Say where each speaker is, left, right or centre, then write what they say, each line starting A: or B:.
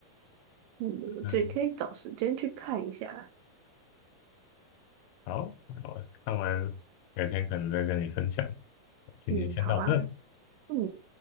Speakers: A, on the right; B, on the left.
A: 嗯，
B: 嗯，
A: 对，可以找时间去看一下。
B: 好，那我看完，改天可能再跟你分享。今天先到这。
A: 嗯，好啊，嗯。